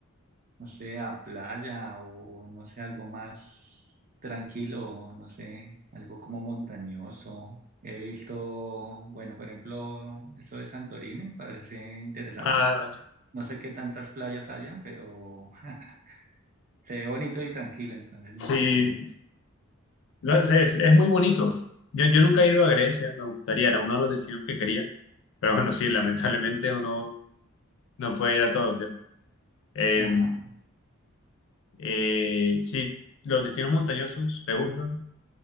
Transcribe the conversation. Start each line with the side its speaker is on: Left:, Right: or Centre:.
Right: no sé, a playa o no sé, algo más tranquilo, o no sé, algo como montañoso. He visto, bueno, por ejemplo, eso de Santorini, me parece interesante.
Left: Ah, vale.
Right: No sé qué tantas playas hayan, pero <laughs> se ve bonito y tranquilo, entonces no
Left: Sí,
Right: sé.
Left: No, Es, es- es muy bonito. Yo, yo nunca he ido a Grecia, me gustaría, era uno de los destinos que quería, pero bueno, sí, lamentablemente
Right: Sí.
Left: uno no puede ir a todos, ¿cierto? Eh,
Right: Ajá,
Left: eh, si los destinos montañosos te gustan,